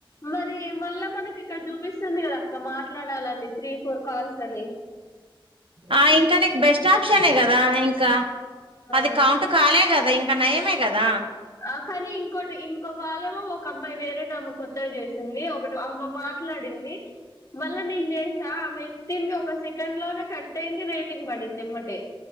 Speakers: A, on the left; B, on the right.
A: మరి మళ్ళ మనకి ఇక్కడ చూపిస్తుంది కదక్క మాట్లాడ లని త్రీ ఫోర్ కాల్స్ అని
B: ఆ ఇంకా నీకు బెస్ట్ ఆప్షనే కదా ఇంకా
A: ఆ
B: అది కౌంట్ కాలే కదా ఇంకా ఇక నయమే కదా
A: ఆ కానీ ఇంకోటి ఇంకో కాలేమో ఒక అమ్మాయి వేరేటామ కొత్తగ చేసింది ఒకటి అమ మాట్లాడింది మళ్ళ నేను చేసా ఆమె ఎత్తింది ఒక సెకండ్ లోనే కట్ అయింది రేటింగ్ పడింది ఎమ్మటె